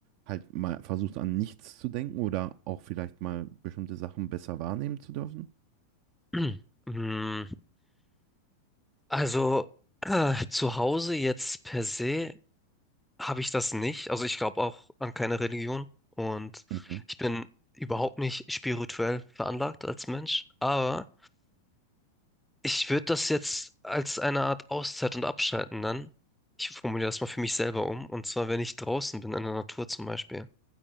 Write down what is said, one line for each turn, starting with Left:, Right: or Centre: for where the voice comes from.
Right: halt mal versucht, an nichts zu denken oder auch vielleicht mal bestimmte Sachen besser wahrnehmen zu dürfen.
Centre: <clears throat> Mm, Also, äh, zu Hause jetzt per se habe ich das nicht. Also ich glaube auch an keine Religion. Und
Right: Mhm.
Centre: ich bin überhaupt nicht spirituell veranlagt als Mensch. Aber ich würde das jetzt als eine Art Auszeit und Abschalten dann. Ich formuliere das mal für mich selber um. Und zwar, wenn ich draußen bin, in der Natur zum Beispiel.